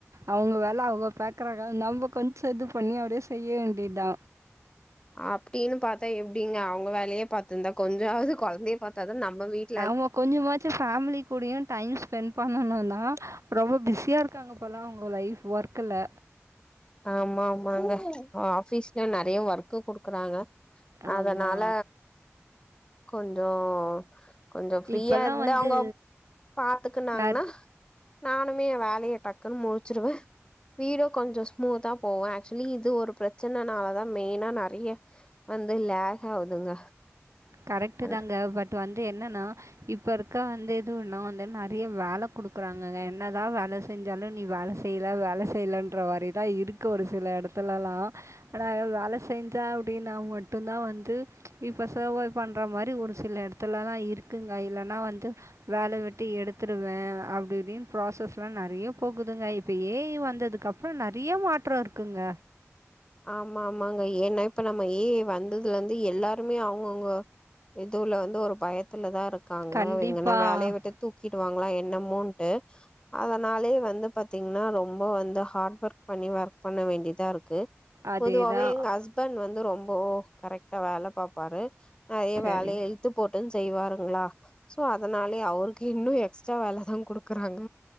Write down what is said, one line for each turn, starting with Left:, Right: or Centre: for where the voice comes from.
Right: அவுங்க வேல அவுங்க பாக்குறாங்க நம்ப கொஞ்சொ இது பண்ணி அப்டியே செய்ய வேண்டிதா
Left: அப்டின்னு பாத்தா எப்டிங்க அவுங்க வேலையே பாத்துந்தா கொஞ்சாவ்து கொழந்தைய பாத்தாதான நம்ம வீட்
Right: அவ்ங்க கொஞ்சமாச்சு ஃபேமிலி கூடயு டைம் ஸ்பெண்ட் பண்ணனுதா ரொம்ப பிஸியா இருக் இருக்காங்க போல அவுங்க லைஃப் ஒர்க்குல
Left: ஆமா ஆமாங்க ஆபீஸ்ல நறைய ஒர்க்கு குடுக்குறாங்க
Right: ஆமா.
Left: அதனால கொஞ்சோ கொஞ்சோ ஃப்ரீயா
Right: இப்பலாம்
Left: இருந்தா
Right: வந்து
Left: அவுங்கோ பாத்துக்குனாங்கன்னா
Right: நெ
Left: நானுமே என் வேலைய டக்குன்னு முடிச்சுருவே வீடு கொஞ்சோ மூதா போவ ஆக்சுலி இது ஒரு பிரச்சனனாலதா மெயின்னா நறைய வந்து லேஹ் ஆவுதுங்க
Right: கரெக்ட்டு
Left: அண்ட்
Right: தாங்க பட் வந்து என்னன்னா இப்ப இருக்க வந்து எது ஒன்னா வந்து நறைய வேல குடுக்குறாங்கங என்னதா வேல செஞ்சாலு நீ வேல செய்யல வேல செய்யலன்ற மாரிதா இருக்கு ஒரு சில எடத்துலல்லா ஆனா வேல செஞ்சா அப்டின்னா மட்டுந்தா வந்து இப்பச பண்ற மாரி ஒரு சில எடத்துலலா இருக்குங்க இல்லன்னா வந்து வேல விட்டு எடுத்துருவே அப்டி இப்டின் ப்ராசஸ் எலா நறைய போகுதுங்க இப்ப ஏ ஐ வந் வந்ததுக்கு அப்றோ நறைய மாற்றோ இருக்குங்க
Left: ஆமா ஆமாங்க ஏன்னா இப்ப நம்ம ஏ ஐ வந்ததுலருந்து எல்லாருமே அவுங்கவுங்க இதுவுல வந்து ஒரு பயத்துலதா இருக்காங்க
Right: கண்டிப்பாக
Left: எங்கன்னா வேலைய விட்டு தூக்கிடு வாங்களா என்னமோண்டு அதனாலயே வந்து பாத்தீங்ன்னா ரொம்போ வந்து ஹார்ட் ஒர்க் பண்ணி ஒர்க் பண்ண வேண்டியதா இருக்கு
Right: அதே
Left: பொதுவாகவே
Right: தான்
Left: எங்க ஹஸ்பண்ட் வந்து ரொம்போ கரெக்ட்டா வேல பாப்பாரு நறைய
Right: சரி
Left: வேலைய இழுத் த்து போட்டுன் செய்வாருங்ளா சோ அதனாலயே அவருக்கு இன்னு எக்ஸ்ட்ரா வேலதா குடுக்குறாங்க